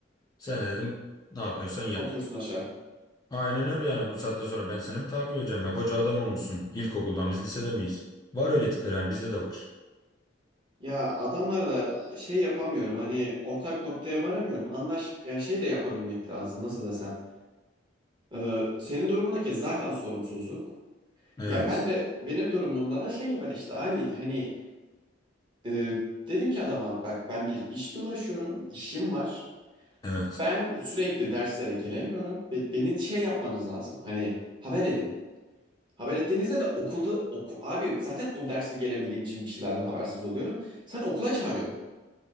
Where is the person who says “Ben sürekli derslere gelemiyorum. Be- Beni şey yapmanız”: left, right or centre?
Right